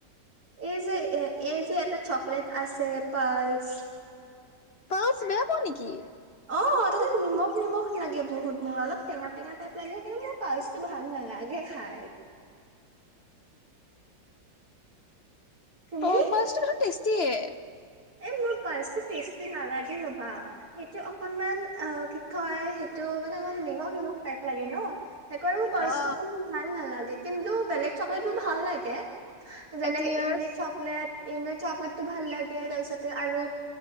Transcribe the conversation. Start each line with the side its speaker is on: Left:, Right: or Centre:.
Right: এই যে এ এই যে এটা চকলেট আছে পালচ
Left: পালছ বেয়া পোৱা নেকি?
Right: অ তাতে নিমখ নিমখ লাগে বহুত মোৰ অলপ টেঙা টেঙা টাইপ লাগে সেইকাৰণে মোৰ পালচটো ভাল নালাগে খাই। তুমি
Left: অ পালছ টো দেখোন টেষ্ট টিয়ে।
Right: এ মোৰ পালচটো টেষ্টি নালাগে, ৰবা সেইটো অকনমান অ কি কয় সেইটো মানে অলপ নিমখ নিমখ টাইপ লাগে ন সেইকাৰণে মোৰ পাৰ্চটো
Left: অ
Right: অকমান ভাল নালাগে। কিন্তু বেলেগ চকলেটটো ভাল লাগে। যেনেকে
Left: একলেয়াৰ্চ
Right: ইমলী চকলেট ইমলি ছ কৰিতো ভাল লাগে সে য়াৰ তাৰপিছতে আৰু